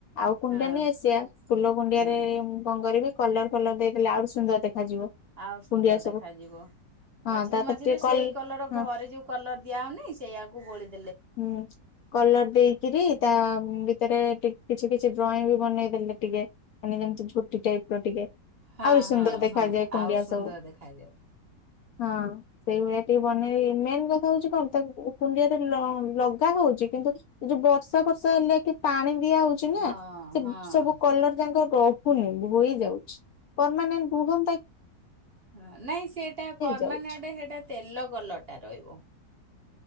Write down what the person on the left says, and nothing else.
ଆଉ କୁଣ୍ଡିଆ
ନାଇ ଆସିବା ଫୁଲ କୁଣ୍ଡିଆରେ
ମୁ କଣ କରିବି କଲର ଫଲର ଦେଇଦେଲେ ଆହୁରି ସୁନ୍ଦର ଦେଖାଯିବ।
କୁଣ୍ଡିଆ ସବୁ
ହଁ
ତା ଦେହରେ
ଟିକେ
କଲ
ହଁ
ହୁଁ। କଲର ଦେଇକିରି ତା ଭିତରେ ଟି କିଛି କିଛି ଡ୍ରଇଂ ବି ବନେଇଦେଲେ ଟିକେ ମାନେ ଯେମିତି ଝୋଟି ଟାଇପର ଟିକେ
ଆହୁରି ସୁନ୍ଦର
ଦେଖାଯାଏ
କୁଣ୍ଡିଆ
ସବୁ।
ହଁ ସେଇଭଳିଆ ଟିକେ ବନେଇ ମେନ୍ କଥା ହଉଛି କଣ ତାକୁ କୁଣ୍ଡିଆରେ ଲଗା ହଉଛି କିନ୍ତୁ ଏ ଯୋଉ ବର୍ଷା ଫର୍ଷା ହେଲେ କି ପାଣି ଦିଆ ହଉଛି ଚିନା
ସେ
ସବୁ କଲର ଯାଙ୍କ ରହୁନି ଧୋଇ ଯାଉଛି ପରମାନେଣ୍ଟ ରୁହନ୍ତାକି।
ଯାଉଛି